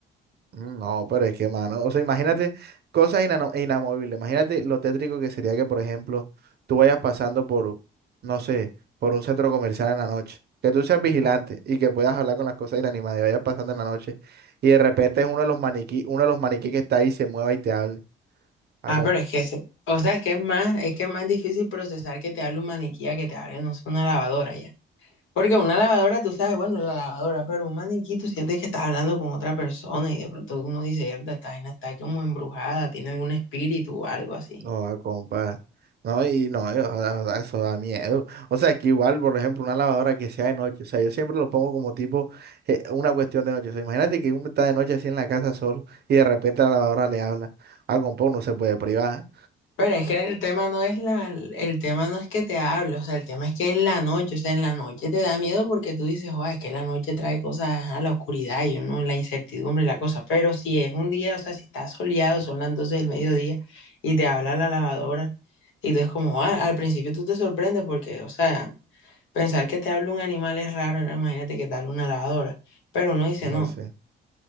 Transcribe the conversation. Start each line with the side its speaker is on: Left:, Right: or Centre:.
Right: Mm, No, pero es que, mano, o sea, imagínate cosas inano- inamovibles, imagínate lo tétrico que sería que, por ejemplo, tú vayas pasando por, no sé, por un centro comercial en la noche, que tú seas
Left: Ujú.
Right: vigilante y que puedas hablar con las cosas inanimadas y vayas pasando en la noche y de repente es uno de los maniquí, uno de los maniquí que está ahí se mueva y te hable, a
Left: Ah, pero es que, ese- o sea, es que es más, es que es más difícil procesar que te hable un maniquí a que te hable, no sé, una lavadora ya. Porque una lavadora, tú sabes, bueno, la lavadora, pero un maniquí, tú sientes que estás hablando con otra persona y de pronto uno dice, "Mierda, esta vaina está como embrujada, tiene algún espíritu o algo así.
Right: No, ah, compa. No, y no, yo- o sea, o sea, eso da miedo. O sea, es que igual, por ejemplo, una lavadora que sea de noche. O sea, yo siempre lo pongo como tipo eh, una cuestión de noche. O sea, imagínate que uno está de noche así en la casa solo y de repente la lavadora le habla. Ah, compa, uno se puede privar.
Left: Pero es que el tema no es la, el tema no es que te hable, o sea, el tema es que es la noche, o sea, en la noche te da miedo porque tú dices, joder, es que la noche trae cosas a la oscuridad y uno, la incertidumbre y la cosa. Pero si es un día, o sea, si está soleado, son las 12 del mediodía y te habla la lavadora. Y tú es como, ah, al principio tú te sorprendes porque, o sea, Pensar que te habla un animal es raro, ahora imagínate que te habla una lavadora. Pero uno dice,
Right: No
Left: no,
Right: lo sé.